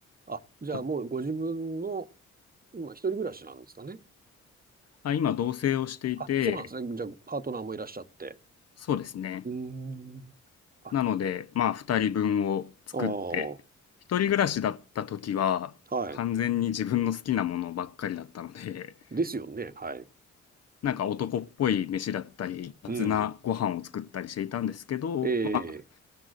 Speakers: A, on the right; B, on the left.
A: あ、じゃあもうご自分の、
B: た
A: 今一人暮らしなんですかね
B: あ、今同棲をしていて、
A: あ、そうなんですね。じゃあ、パートナーもいらっしゃって。
B: そうですね。
A: うーん。あ、
B: なので、まあ、2人分を作って、
A: ああ、
B: 一人暮らしだった時は、
A: はい。
B: 完全に自分の好きなものばっかりだったので、
A: ですよね。はい。
B: なんか男っぽい飯だったり、雑なご飯を作ったりしていたんですけど、
A: うん。ええ、
B: まあ、